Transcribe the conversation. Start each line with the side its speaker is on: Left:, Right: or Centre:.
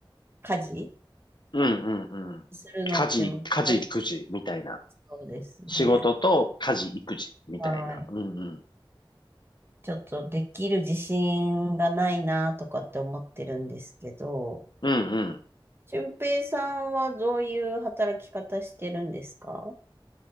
Right: 家事
Left: うんうんうん。
Right: するのって難し
Left: 家事、家事、育児みたいな。
Right: そうですね。
Left: 仕事と家事、育児みたいな。
Right: はい。
Left: うんうん、
Right: ちょっとできる自信がないなとかって思ってるんですけど、
Left: うん
Right: 俊平さんはどういう働き方してるんですか